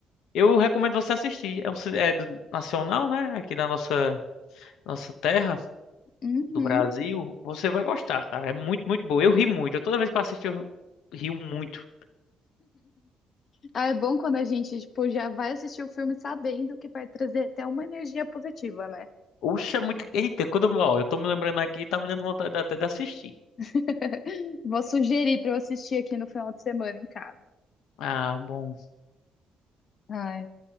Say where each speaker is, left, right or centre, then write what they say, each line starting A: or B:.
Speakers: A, on the left; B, on the left.
A: eu recomendo você assistir. É um ci- é do- nacional, né? Aqui da nossa, nossa terra.
B: Uhum.
A: do Brasil, você vai gostar, cara. É muito, muito boa. Eu ri muito. Eu, toda vez que eu assisto, eu rio muito.
B: Ah, é bom quando a gente, tipo, já vai assistir o filme sabendo que vai trazer até uma energia positiva, né?
A: Oxa, é muito. Eita, quando eu, ó, eu tô me lembrando aqui, tá me dando vontade até de assistir.
B: <laughs> Vou sugerir para eu assistir aqui no final de semana em casa.
A: Ah, bom.
B: Ai,